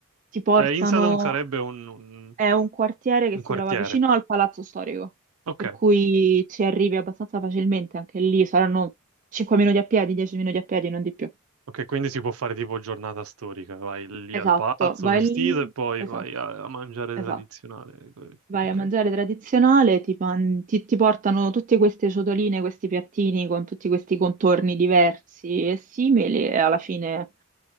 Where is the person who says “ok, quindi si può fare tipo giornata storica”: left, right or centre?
Right